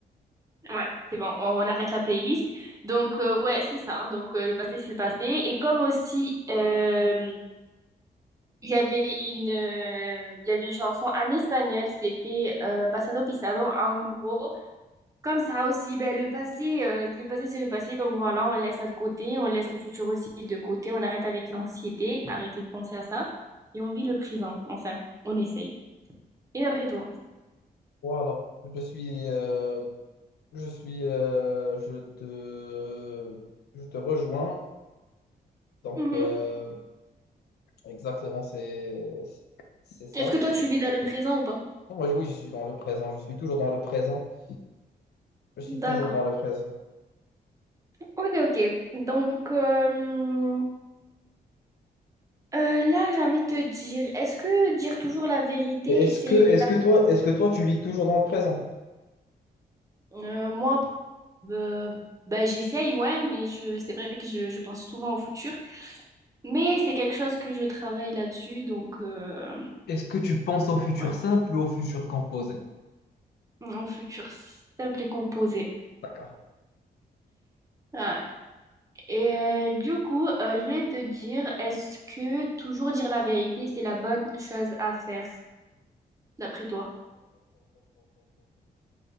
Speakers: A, on the right; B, on the left.
A: Ouais, c'est bon, on arrête la playlist. Donc euh, ouais, c'est ça. Donc euh, le passé, c'est le passé. Et comme aussi, euh, Il y avait une, euh, il y avait une chanson en espagnol, c'était euh, Pasado Pisado. En gros, comme ça aussi, ben, le passé, euh, le passé c'est le passé, donc voilà, on laisse ça de côté, on laisse le futur aussi de côté, on arrête avec l'anxiété, arrêtez de penser à ça, et on vit le présent, enfin, on essaye. Et d'après toi?
B: Voilà, je suis, euh, je suis, euh, je te, je te rejoins. Donc,
A: Mhm.
B: euh, exactement, c'est, c'est ça.
A: Est-ce que toi tu vis dans le présent ou pas?
B: Non, moi, je- oui, je suis dans le présent. Je suis toujours dans le présent. Je suis
A: D'accord.
B: toujours dans le présent.
A: Ok, ok. Donc, euh, euh, là, j'ai envie de te dire, est-ce que dire toujours la vérité,
B: Et Est-ce
A: c'est
B: que, est-ce que toi, est-ce que toi, tu vis toujours dans le présent?
A: Euh, moi, euh, bah, j'essaye, ouais, mais je, c'est vrai que je, je pense souvent au futur. Mais c'est quelque chose que je travaille là-dessus, donc euh,
B: Est-ce que tu penses au futur
A: ouais,
B: simple ou au futur composé?
A: un futur simple et composé.
B: D'accord.
A: Ouais. Et euh, du coup, euh, je voulais te dire, est-ce que toujours dire la vérité, c'est la bonne chose à faire, d'après toi?